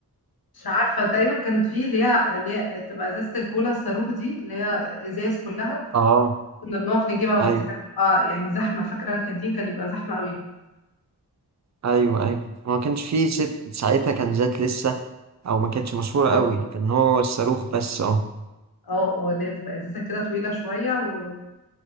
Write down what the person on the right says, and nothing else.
أه
أيوه
أيوه أيوه ما كانش فيه زيت ساعتها كان زيت لسه او ما كانتش مشهوره
قوي كان هو الصاروخ بس اه